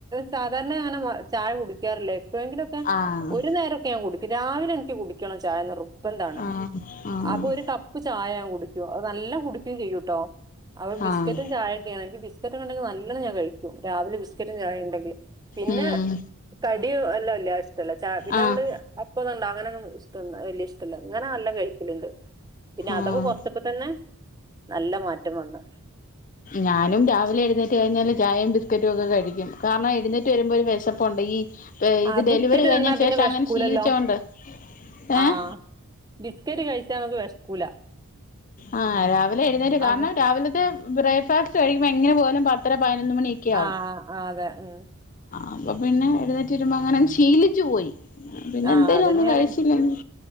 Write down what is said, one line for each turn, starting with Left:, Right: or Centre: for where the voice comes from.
Right: സാധാരണ അങ്ങനെ ചായ കുടിക്കാറില്ലേ ങ്കിലൊക്കെ
Left: ആഹ്
Right: ഒരു നേരംൊക്കെ ഞാൻടു രാവിലെ എനിക്ക്ൂ കുണം ചായറപ്പ എന്താണ്
Left: ആഹ് ആഹ്
Right: അപ്പൊ ഒരു കപ്പ് ചായ ൻ കുടിക്ക അത് നല്ല കുടിക്കയും ചെയ്യൂട്ടോ അപ്പൊ ബിസ്ക്കറ്റും
Left: ആഹ്
Right: ചായൊക്കെ ആണെങ്കിൽ ചക്കെണ്ടെങ്ക നല്ല ഞാ കഴി രാവിലെ ബിസ്ക്കറ്റും ചായ ഉണ്ടെങ്കില് പിന്നെ
Left: ഉം
Right: കടിയും എല്ലാം ഇല്ല ഇഷ്ടല്ല ച പിന്നെ
Left: ആഹ്
Right: നമ്മള് ഇപ്പണ്ട അങ്ങനെന്നും ഇഷ്ട വലിയ ഇഷ്ടല്ല ഇങ്ങനെ എല്ലാം കഴിക്കലുണ്ട് പിന്നെ അതൊക്ക
Left: ആഹ്
Right: കൊറച്ചപ്പ തന്നെ നല്ല മാറ്റം വന്ന്
Left: ഞാനും രാവിലെ എഴുന്നേറ്റ് കഴിഞ്ഞാല് ചായയും ബിസ്ക്കറ്റും ഒക്കെ കഴിക്കും കാരണം എഴുന്നേറ്റ് വരുമ്പോ ഒരു വിശപ്പുണ്ട് ഈ ഇത്
Right: ആ ബിസ്കറ്റ്
Left: ഡെലിവറി കഴിഞ്ഞ
Right: നിന്നാ പിന്നെ
Left: ശേഷം
Right: വിഷ്കൂലല്ലോ
Left: അങ്ങനെ ശീലിച്ചോണ്ട് ഏഹ്
Right: ആ ബിസ്കറ്റ് കഴിച്ചാ നമക്ക് വിഷകൂലാ
Left: ആ രാവിലെ എഴുന്നേ കാരണം
Right: അങ്ങ
Left: രാവിലത്തെ ബ്രേക്ക്ഫാസ്റ്റ്ഴ എങ്ങന പോലും പത്രം പതിനൊ മണിയക്കെും
Right: ആഹ് ആഹ് അതെ ഉം
Left: അപ്പൊ പിന്നെ എഴുന്നേറ്റ് വരുമ്പോ അങ്ങനങ്ങ് ശീലിച്ചു പോയി പിന്നെ
Right: ആഹ്
Left: എന്തേലും
Right: അതന്നെയാണ്
Left: ഒന്നും കഴിച്ചില്ലെങ്കി